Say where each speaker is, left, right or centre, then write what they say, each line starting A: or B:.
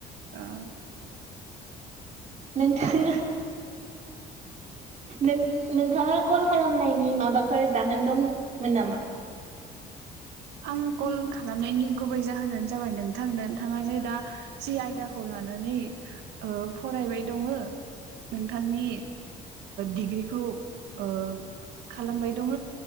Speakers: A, on the right (about 85°); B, on the right (about 45°).
A: अ।
B: नोंथाङा नों नोंथाङा कल खालामनायनि माबाफोर जाहोन दंमोन नामा?
A: आं कल खालामनायनि गुबै जाहोनानो जाबाय नोंथां नोंथाङा जे दा जि आयदाखौ लानानै ओ फरायबाय दङ नोंथांनि डिग्रिखौ ओ खालामबाय दङ